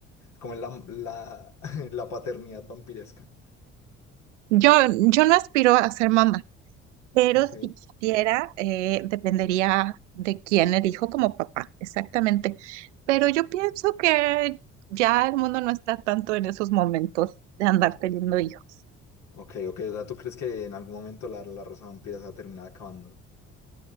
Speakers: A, on the left; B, on the right.
A: como es la, la, <laughs> la paternidad vampiresca.
B: Yo, yo no aspiro a ser mamá, Pero
A: Ok.
B: si quisiera, eh, dependería de quién elijo como papá, exactamente. Pero yo pienso que ya el mundo no está tanto en esos momentos de andar teniendo hijos.
A: Ok, ok, o sea, ¿tú crees que en algún momento la, la raza vampira se va a terminar acabando?